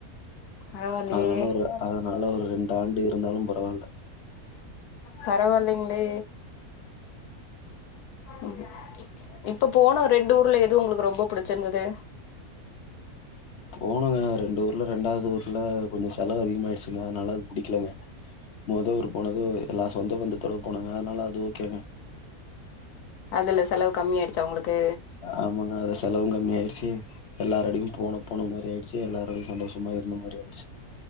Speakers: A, on the left; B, on the left.
A: பரவால்லையே
B: அதனால ஒரு அதனால ஒரு ரெண்டு ஆண்டு இருந்தாலும் பரவாயில்ல
A: பரவாயில்லைங்ளே ம் இப்ப போன ரெண்டு ஊர்ல எது உங்களுக்கு ரொம்ப புடிச்சிருந்தது
B: போனுங்க ரெண்டு ஊர்ல ரெண்டாவது ஊர்ல கொஞ்சோ செலவு அதிகமயிடுச்சுங்க அதனால அது புடிக்கலங்க முத ஊர் போனது எல்லா சொந்த பந்தத்தோட போனாங்க அதனால அது ஓகேங்க
A: அதில செலவு கம்மி ஆகிடுச்சா உங்களுக்கு
B: ஆமாங்க அதுல செலவு கம்மி ஆயிடுச்சு எல்லாரோடயையு போன போன மாதிரி ஆயிடுச்சு எல்லாரோடையு சந்தோஷமா இருந்த மாதிரி ஆயிடுச்சு